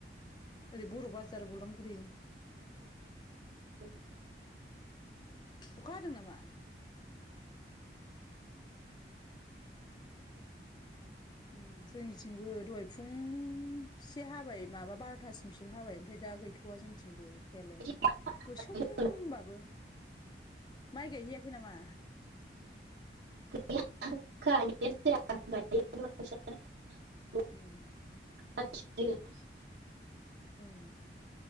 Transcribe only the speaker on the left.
ओरै बर' बाजार बलांगुरि
अखा हादों नामा? उम जोंनिथिंबो दहाय फुंसे हाबाय माबा बार'थासिम हाबाय ओमफाय दा गैथ'वा जोंनिथिं बो अखायालाय
गोसोमहोम्बाबो।
माइ गायहैयाखै नामा?
उम
उम।